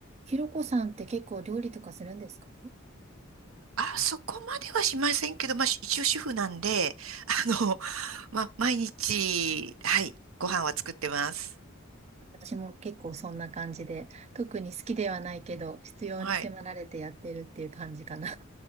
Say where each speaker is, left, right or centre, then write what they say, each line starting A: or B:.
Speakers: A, on the right; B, on the right.
A: ひろこさんって結構料理とかするんですか
B: あ、そこまではしませんけど、まあ、し一応主婦なんで、あの、まあ、毎日、はい、ご飯は作ってます。
A: 私も結構そんな感じで、特に好きではないけど、必要に迫られてやってるっていう感じかな。
B: はい。